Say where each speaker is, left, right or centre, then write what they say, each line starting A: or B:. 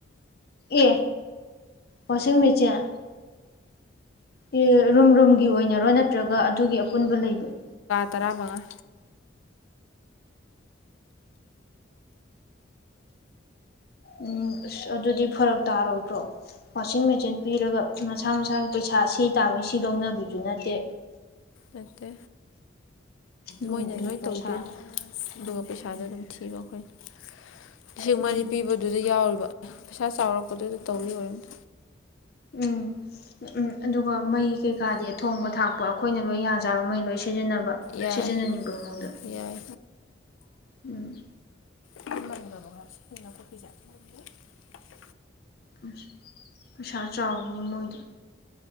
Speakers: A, on the left; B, on the left.
A: ꯑꯦ ꯋꯥꯁꯤꯡ ꯃꯦꯆꯤꯟ ꯑꯦ ꯔꯨꯝ ꯔꯨꯝꯒꯤ ꯑꯣꯏꯅꯔꯣ ꯅꯠꯇ꯭ꯔꯒ ꯑꯗꯨꯒꯤ ꯑꯄꯨꯟꯕ ꯂꯩꯕꯔꯣ
B: ꯇꯔꯥ ꯃꯉꯥ
A: ꯎꯝ ꯑꯁ ꯑꯗꯨꯗꯤ ꯐꯔꯛ ꯇꯥꯔꯣꯏꯗ꯭ꯔꯣ ꯋꯥꯁꯤꯡ ꯃꯦꯆꯤꯟ ꯄꯤꯔꯒ ꯃꯁꯥ ꯃꯁꯥꯒꯤ ꯄꯩꯁꯥ ꯁꯤ ꯇꯥꯕꯩ ꯁꯤ ꯂꯧꯅꯕꯤꯁꯨ ꯅꯠꯇꯦ
B: ꯅꯠꯇꯦ
A: ꯎꯝ
B: ꯃꯣꯏꯅ
A: ꯑꯗꯨ
B: ꯂꯣꯏ
A: ꯄꯩꯁꯥ
B: ꯇꯧꯗꯣꯏꯅꯦ ꯑꯗꯨꯒ ꯄꯩꯁꯥ <unintelligible> ꯊꯤꯕ ꯑꯩꯈꯣꯏꯅ ꯂꯤꯁꯤꯡ
A: ꯎꯝ
B: ꯃꯔꯤ ꯄꯤꯕꯗꯨꯗ ꯌꯥꯎꯔꯤꯕ ꯄꯩꯁꯥ ꯆꯥꯎꯔꯛꯄꯗꯨꯗ ꯇꯧꯔꯤ ꯑꯣꯔꯝꯅꯤ
A: ꯎꯝ ꯎꯝ ꯎꯝ ꯑꯗꯨꯒ ꯃꯩ ꯀꯩꯀꯥꯗꯤ ꯊꯣꯡꯕ ꯊꯥꯛꯄ ꯑꯩꯈꯣꯏꯅ ꯂꯣꯏ ꯌꯥꯖꯥꯔꯣ ꯃꯩ ꯂꯣꯏ ꯁꯤꯖꯤꯟꯅꯕ
B: ꯌꯥꯏ
A: ꯁꯤꯖꯤꯟꯅꯅꯤꯡꯕ ꯃꯑꯣꯡꯗ
B: ꯌꯥꯏ
A: ꯎꯝ
B: <unintelligible>
A: ꯑꯁ ꯄꯩꯁꯥ ꯆꯥꯎꯋꯤꯅꯦ ꯃꯣꯏꯗꯣ